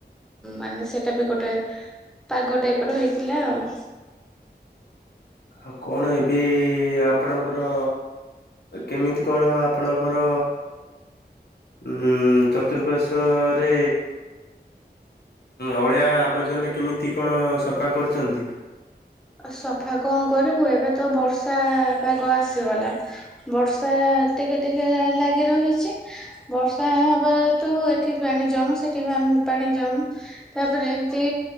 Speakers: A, in the centre; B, on the left.
A: ମାନେ ସେ ସେଟା ବି ଗୋଟେ ପାଗ ଟାଇପ ର ହେଇଥିଲା ଆଉ।
B: ଆଉ କଣ ଏବେ ଆପଣଙ୍କର କେମିତି କଣ ଆପଣଙ୍କର ଉଁ ଚତୁଃପାର୍ଶ୍ଵରେ ଅଳିଆ ଆବର୍ଜନ କେମିତି କଣ ସଫା କରୁଛନ୍ତି।
A: ସଫା କଣ କରିବୁ ଏବେ ତ ବର୍ଷା ପାଗ ଆସିଗଲା। ବର୍ଷା ଟିକେ ଟିକେ ଲାଗି ରହିଛି ବର୍ଷା। ବା ତୁ ଏଠି ପାଣି ଜମେ ସେଠି ପାଣି ଜମେ ତାପରେ ଏମତି